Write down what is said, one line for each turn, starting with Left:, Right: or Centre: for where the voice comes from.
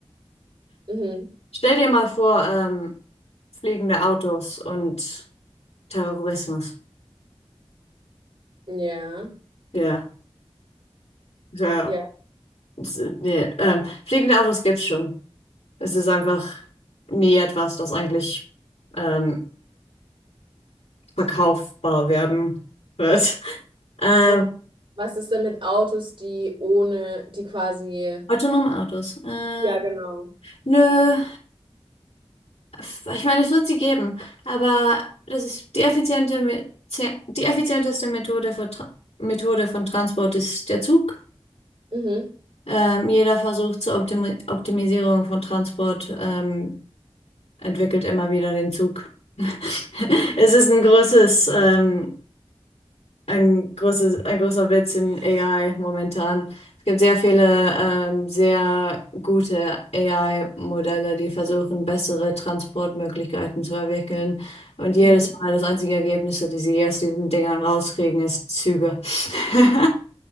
Right: Mhm.
Left: Stell dir mal vor, ähm, fliegende Autos und Terrorismus.
Right: Ja,
Left: Ja, ja,
Right: ja.
Left: s- nee, ähm, fliegende Autos gibt's schon. Es ist einfach nie etwas, das eigentlich ähm, verkaufbar werden wird. <laughs> Ähm,
Right: Und was ist denn mit Autos, die ohne, die quasi...
Left: autonome Autos. Äh,
Right: Ja, genau.
Left: nö, f- ich meine, es wird sie geben, aber das ist die effiziente, Me- ze- die effizienteste Methode für Tra Methode von Transport ist der Zug.
Right: Mhm.
Left: Ähm, jeder Versuch zur Optimi Optimisierung von Transport ähm, entwickelt immer wieder den Zug. <laughs> Es ist ein großes, ähm, ein großes, ein großer Witz in AI momentan. Es gibt sehr viele, ähm, sehr gute AI-Modelle, die versuchen, bessere Transportmöglichkeiten zu entwickeln. Und jedes
Right: Mhm,
Left: Mal das einzige Ergebnis, das sie aus diesen Dingern rauskriegen, ist Züge. <laughs>